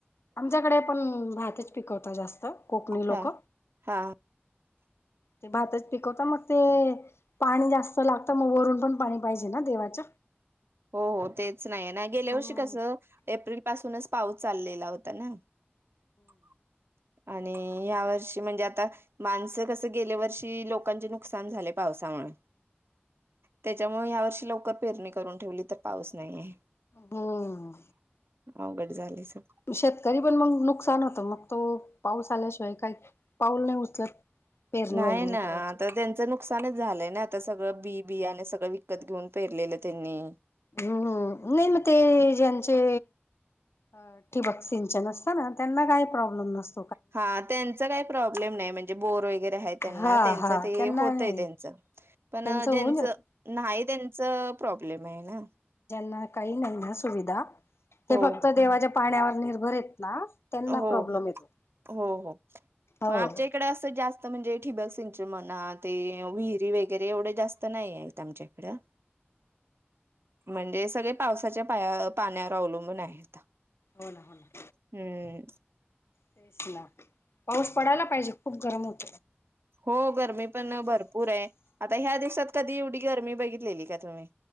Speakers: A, on the left (about 80°); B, on the right (about 70°).
A: आमच्याकडे पण भातच पिकवत जास्त कोकणी लोक
B: हा हा
A: ते भातच पिकवत मग ते पाणी जास्त लागतं मग वरून पण पाणी पाहिजे ना देवाच.
B: हो हो तेच नाही ना गेल्या
A: हम्म
B: वर्षी कसं एप्रिल पासूनच पाऊस चाललेला होता ना! <unintelligible> आणि ह्या वर्षी म्हणजे आता माणसं कसं गेल्या वर्षी लोकांचे नुकसान झाले पावसामुळे. त्याच्यामुळ या वर्षी लवकर पेरणी करून ठेवली तर पाऊस नाही आहे.
A: हम्म
B: अवघड झाले सग
A: शेतकरी पण मग नुकसान होतं मग तो पाऊस आल्याशिवाय काही पाऊल नाही उचलत. पेरणी
B: नाही
A: वगैरे
B: ना
A: करायची
B: आता त्यांचं नुकसानच झालंय ना आता सगळं बी बि आणि सगळं विकत घेऊन, पेरलेलं त्यांनी
A: हम्म नाही मग ते ज्यांचे अ ठिबक सिंचन असत ना त्यांना काही प्रॉब्लेम नसत.
B: हा त्यांचा काही प्रॉब्लेम नाही म्हणजे बोर वगैरे आहे त्यांना
A: हा
B: त्यांच
A: हा
B: ते
A: त्यांना
B: होतय
A: नाही
B: त्यांच पण
A: त्यांचं
B: ज्यांचं
A: होऊन जात
B: नाही त्यांच प्रॉब्लेम आहे ना!
A: ना काही नाही सुधा
B: हो
A: फक्त
B: हो
A: देवाच्या पाण्यावर निर्भर आहेत. ना त्यांना
B: हो
A: प्रॉब्लेम येतो
B: हो हो
A: हो
B: मग आमच्या
A: हो
B: इकडे असं जास्त म्हणजे, ठी बक सिंचरी म्हणा ते विहिरी वगैरे, एवढे जास्त नाही आहेत आमच्याइकडं. म्हणजे सगळे पावसाच्या पाया पाण्यावर अवलंबून आहेत.
A: हो ना! हो ना!
B: हम्!
A: तेच ना पाऊस पडायला पाहिजे खूप गरम होत.
B: हो गरमी पण भरपूर आहे. आता ह्या दिवसात कधी एवढी गरमी बघितलेली का तुम्ही?